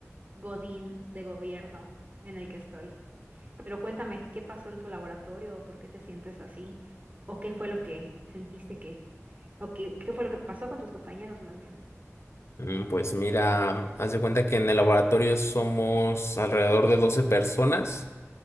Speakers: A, on the right; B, on the left.
A: godín de gobierno en el que estoy. Pero cuéntame, ¿qué pasó en tu laboratorio? ¿Por qué te sientes así? ¿O qué fue lo que sentiste que, o qué, qué fue lo que pasó con tus compañeros más bien?
B: Mm, Pues mira, haz de cuenta que en el laboratorio somos alrededor de 12 personas.